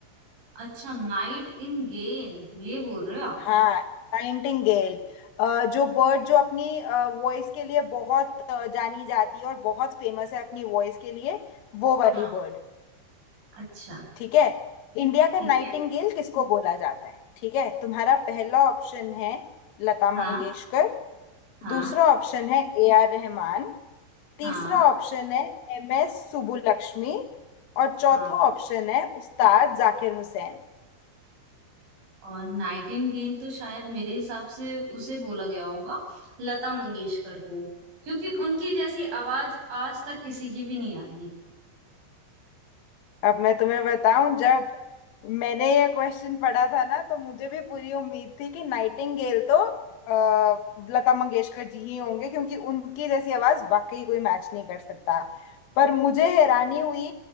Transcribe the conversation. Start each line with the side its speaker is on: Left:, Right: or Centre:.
Right: अच्छा नाइट इन गेम ये बोल रहे हो आप
Left: हाँ नाइटिंगेल जो बर्ड जो अपनी वॉइस के लिए बहुत अ, जानी जाती है और बहुत फेमस है अपनी वॉइस के लिए वो वाली
Right: हाँ
Left: बर्ड
Right: अच्छा
Left: ठीक है इंडिया का
Right: ठीक
Left: नाइटिंगेल
Right: है
Left: किसको बोला जाता है ठीक है तुम्हारा पहला ऑप्शन है लता मंगेशकर
Right: हाँ हाँ
Left: दूसरा ऑप्शन है ए आर रहमान तीसरा
Right: हाँ
Left: ऑप्शन है एम एस सुबुलक्ष्मी और चौथा
Right: हाँ
Left: ऑप्शन है उस्ताद जाकिर हुसैन
Right: और नाइट इन गेम तो शायद मेरे हिसाब से उसे बोला गया होगा लता मंगेशकर को क्योंकि उनकी जैसी आवाज आज तक किसी की भी नहीं आई है
Left: अब मैं तुम्हें बताऊं जब मैंने ये क्वेश्चन पढ़ा था ना तो मुझे भी पूरी उम्मीद थी कि नाइटिंगेल तो अ, लता मंगेशकर जी ही होंगे क्योंकि उनकी जैसी आवाज वाकई कोई मैच नहीं कर सकता पर मुझे हैरानी हुई